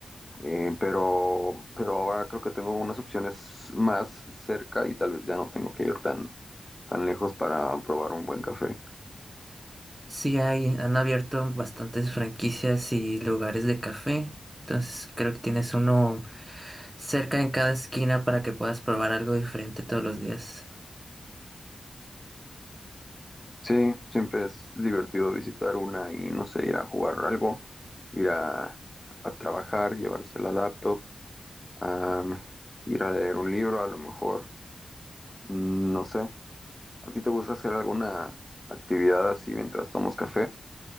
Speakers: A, on the left; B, on the right.
A: eh, pero, pero ahora creo que tengo unas opciones más cerca y tal vez ya no tengo que ir tan, tan lejos para probar un buen café.
B: Sí hay, han abierto bastantes franquicias y lugares de café. Entonces creo que tienes uno cerca en cada esquina para que puedas probar algo diferente todos los días.
A: Sí, siempre es divertido visitar una y no sé, ir a jugar algo, ir a, a trabajar, llevarse la laptop, am, ir a leer un libro, a lo mejor, mm, no sé. ¿A ti te gusta hacer alguna actividad así mientras tomamos café?